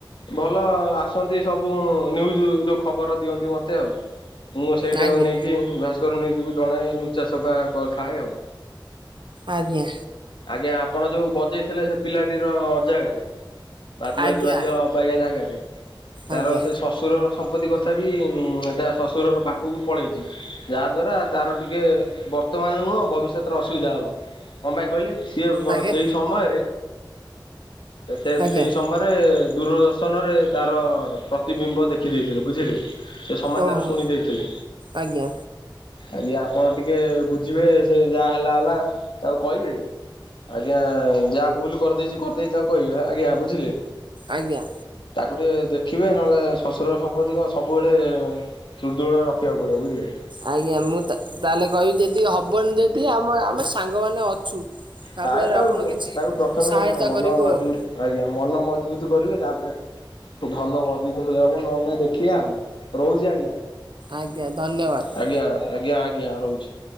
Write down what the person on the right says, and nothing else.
ଆଜ୍ଞା
ଆଜ୍ଞା।
ଆଜ୍ଞା
ଆଜ୍ଞା
ଆଜ୍ଞା
ଆଜ୍ଞା
ଓହୋ
ଆଜ୍ଞା
ଆଜ୍ଞା।
ଆଜ୍ଞା ମୁଁ ତାହେଲେ କହିବି ଯେଦକି ହବନି ଯଦି ଆମେ ଆମେ ସାଙ୍ଗମାନେ ଅଛୁ ତା
ଫଳରେ
ଆପଣ କିଛି
ସହାୟତା
କରିବୁ
ଆଉ।
ଆଜ୍ଞା ଧନ୍ୟବାଦ।